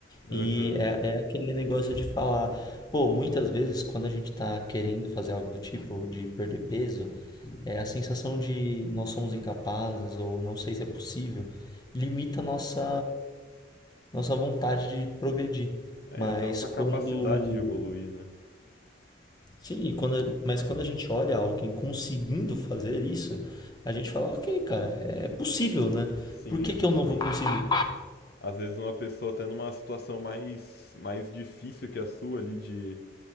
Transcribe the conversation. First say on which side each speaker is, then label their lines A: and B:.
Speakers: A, on the left; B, on the left.
A: aham.
B: E é, é aquele negócio de falar, pô, muitas vezes quando a gente tá querendo fazer algo do tipo, ou de perder peso, é a sensação de nós somos incapazes ou não sei se é possível, limita a nossa nossa vontade de progredir.
A: É,
B: Mas
A: até a nossa
B: quando,
A: capacidade de evoluir, né?
B: sim, e quando, mas quando a gente olha alguém conseguindo fazer isso, a gente fala, ok, cara, é possível, né?
A: Sim,
B: Por que
A: exatamente.
B: que eu não vou conseguir?
A: Às vezes uma pessoa até numa situação mais, mais difícil que a sua ali de,